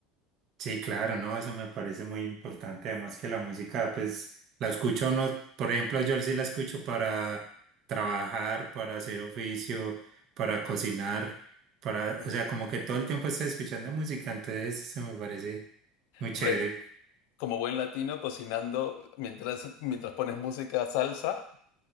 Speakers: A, on the right; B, on the left.
A: Sí, claro, no, eso me parece muy importante. Además que la música, pues, la escucha uno, por ejemplo, yo sí la escucho para trabajar, para hacer oficio, para cocinar, para,
B: Uh-huh.
A: o sea, como que todo el tiempo estoy escuchando música, entonces eso me parece muy chévere.
B: Hombre, como buen latino, cocinando mientras, mientras pones música salsa.